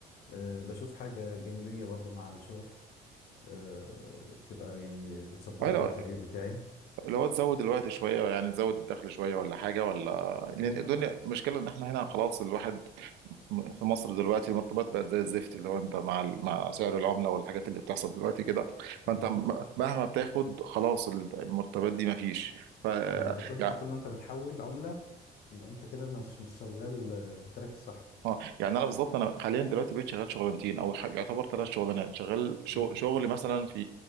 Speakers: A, on the left; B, on the right.
A: آه، بشوف حاجه جانبيه برضو مع الشغل آه، تبقى يعني بتسبورت
B: أي لو
A: الكارير بتاعي
B: لو تزود الوقت شويه يعني تزود الدخل شويه ولا حاجه ولا لان
A: بالظبط
B: الدنيا مشكله ان احنا هنا خلاص الواحد في مصر دلوقتي المرتبات بقت زي الزفت اللي هو انت مع ال- مع سعر العمله والحاجات اللي بتحصل دلوقتي كده
A: بالظبط
B: فانت م- مهما بتاخد خلاص ال- المرتبات دي مفيش ف
A: ما انت كل
B: يعني
A: طول ما انت بتحول عمله يبقى انت كده مش مش شغال في التراك الصح
B: اه يعني انا بالظبط انا حاليا دلوقتي بقيت شغال شغلانتين او ح- يعتبر ثلاث شغلانات شغال شغ-
A: مم.
B: شغل مثلا في